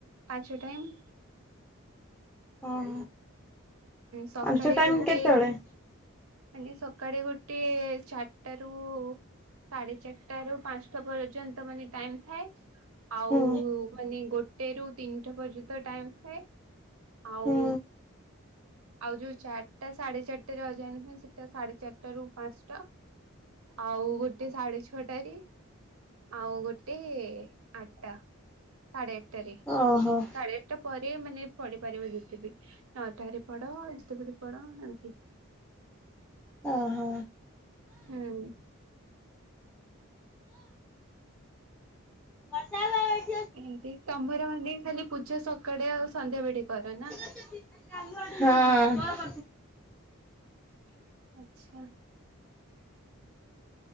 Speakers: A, on the right; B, in the centre.
A: ପାଞ୍ଚ ଟାଇମ୍।
B: ଓହ
A: ସକାଳେ
B: ପାଞ୍ଚ ଟାଇମ
A: ଗୋଟେ
B: କେତେବେଳେ?
A: ମାନେ ସକାଳେ ଗୋଟେ ଚାରିଟାରୁ ସାଢେ ଚାରିଟାରୁ ପାଞ୍ଚ ଠ ପର୍ଯ୍ୟନ୍ତ ମାନେ ଟାଇମ ଥାଏ ଆଉ
B: ହୁଁ
A: ମାନେ ଗୋଟେରୁ ତିନିଟା ପର୍ଯ୍ୟନ୍ତ ଟାଇମ୍ ଥାଏ ଆଉ
B: ହୁଁ
A: ଆଉ ଯୋଉ ଚାରିଟା ସାଢେ ଚାରିଟାରେ ଅଜା ନୁହଁ ସେଟା ସାଢେ ଚାରିଟା ରୁ ପାଞ୍ଚଟା ଆଉ ଗୋଟେ ସାଢେ ଛଅଟାରେ। ଆଉ ଗୋଟେ ଆଠଟା ସାଢେ ଆଠଟାରେ।
B: ଓହୋ
A: ସାଢେ ଆଠଟା ପରେ ସେ ମାନେ ପଢିପାରିବ ଯେତେ ବିି ନଅଟାରେ ପଢ ଏତେ ବେଳେ ପଢ ଏମତି
B: ଓହୋ।
A: ହୁଁ।
B: <unintelligible>
A: ଏମିତି ତମର ମାନେ ଖାଲି ପୂଜା ସକାଳେ ଆଉ ସନ୍ଧ୍ୟାବେଳେ କର ନା?
B: ହଁ।
A: ଆଛା।